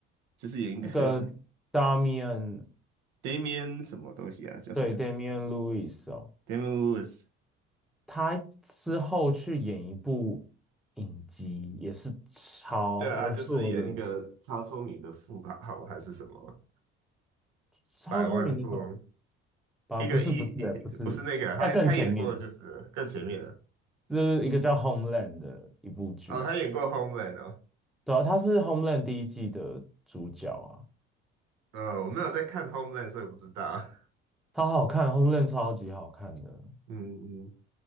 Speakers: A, on the right; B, in the centre.
A: 就是演一个
B: 那个 Damian
A: <laughs> Damian 什么东西啊，叫什么
B: 对 Damian Lewis 哦。
A: Damian Lewis。
B: 他之后去演一部影集，也是超，
A: 对啊，
B: 我是我的
A: 他就是演一个超聪明的富豪还是什么
B: 超聪明的什么？
A: 百万富翁
B: 啊，
A: 一个一一不是那个，
B: 不是不是不是，
A: 他他演过的就是更前面的
B: 在更前面，就是一个叫《Homeland》的一部剧，
A: 哦，他演过《Homeland》哦。
B: 对啊，他是《Homeland》第一季的主角啊，
A: 呃，我没有在看《Homeland》，所以不知道。<laughs>
B: 超好看，《Homeland》超级好看的。
A: 嗯